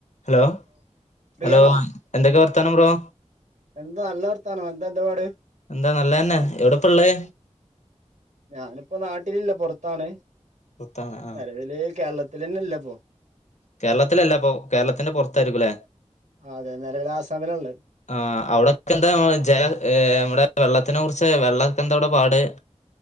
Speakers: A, on the left; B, on the right.
A: hello
B: ഫ്രീയാണോ
A: hello എന്തൊക്കെ എന്താണ് ബ്രോ
B: എന്താ നല്ലവർത്താനോ എന്താ എന്ത് പാട്
A: എന്താ നല്ലതന്നെ എവിടെപ്പ ഉള്ളേ
B: ഞാനിപ്പോ നാട്ടിലില്ല പൊറത്താണ്
A: പുറത്താണ് ആ
B: നിലവിൽ കേരളത്തി ഇത് തന്നെ <unintelligible>
A: കേരളത്തിലല്ല അപ്പൊ കേരളത്തിന്റെ പൊറത്തായരിക്കുല്ലേ
B: അതെ നെലവില് ആസാമിലാള്ളെ
A: ആ അവിടെക്കെ എന്താ ജല നമ്മടെ വെള്ളത്തിനെറി- പക്ഷേ വെള്ളക്കെ എന്തോടെ പാട്